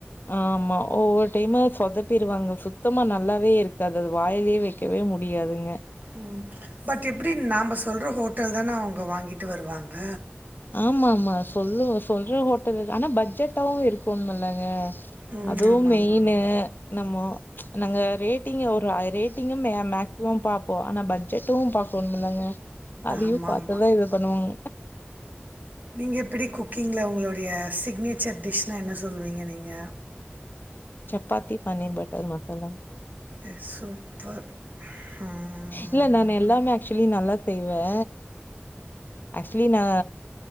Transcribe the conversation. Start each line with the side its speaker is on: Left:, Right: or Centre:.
Left: ஆமா ஒவ்வொரு டைமு சொதப் பிருவாங்க சுத்தமா நல்லாவே இருக்காது அது வாயிலயே வைக்கவே முடியாதுங்க
Right: ம் பட் எப்டி நாம்ப சொல்ற ஹோட்டல்தானா அவங்க வாங்கிட்டு வருவாங்க
Left: ஆமா ஆமா சொல்லுவ சொல்ற ஹோட்டலுக்கு ஆனா பட்ஜெட்டாவு இருக்கும் இல்லங்க
Right: ம்
Left: அதுவு
Right: ஆமா
Left: மெயினு
Right: ஆமா
Left: நம்ம நாங்க ரேட்டிங்க்கு ஒரு அ ரேட்டிங்கு மே மேக்சிமம் பாப்போ ஆனா பட்ஜெட்டு பாக்கணும்ல்லாங்க அதையு
Right: ஆமா
Left: பாத்துதா
Right: ஆமா
Left: இது பண்ணுவாங்
Right: நீங்க எப்படி குக்கிங்ல உங்களுடைய சிக்னேச்சர் டிஷ்னா என்ன சொல்லுவீங்க நீங்க
Left: சப்பாத்தி பன்னீர் பட்டர் மசாலா
Right: ஏ சூப்பர் ம்.
Left: இல்ல நானு எல்லாமே ஆக்சுவலி நல்லா செய்வே ஆக்சுவலி நா